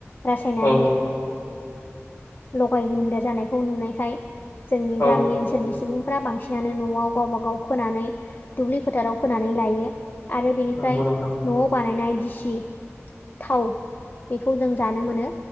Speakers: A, on the left; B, on the left.
A: रासायनारि
B: औ
A: लगायदेर जानायखौ नुनायखाय जोंनि
B: औ
A: गामि ओनसोलनि सुबुं फ्रा बांसिनानो न'आव गावबा गाव फोनानै दुब्लि फोथाराव फोनानै लायो। आरो बेनिफ्राय
B: नंगौ नोंथां
A: न'आव बानायनाय दिसि थाव बेखौ जों जानो मोनो